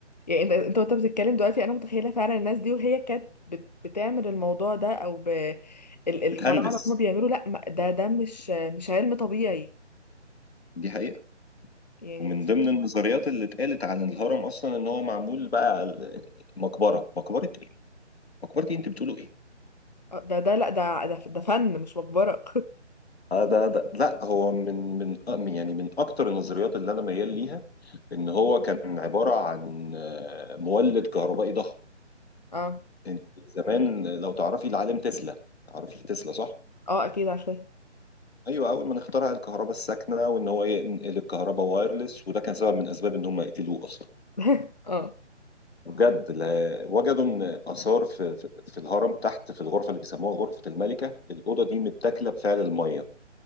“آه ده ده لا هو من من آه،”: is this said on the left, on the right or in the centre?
Left